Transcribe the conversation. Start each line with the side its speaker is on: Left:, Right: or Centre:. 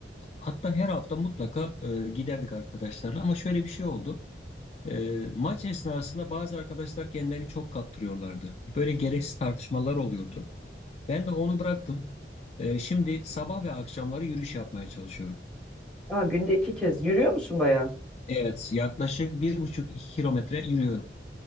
Left: Hatta her hafta mutlaka e, giderdik arkadaşlarla ama şöyle bir şey oldu. E, maç esnasında bazı arkadaşlar kendilerini çok kaptırıyorlardı. Böyle gereksiz tartışmalar oluyordu. Ben de onu bıraktım. E, şimdi sabah ve akşamları yürüyüş yapmaya çalışıyorum.
Centre: Aa, günde iki kez. Yürüyor musun bayağı?
Left: Evet, yaklaşık bir buçuk iki kilometre yürüyorum.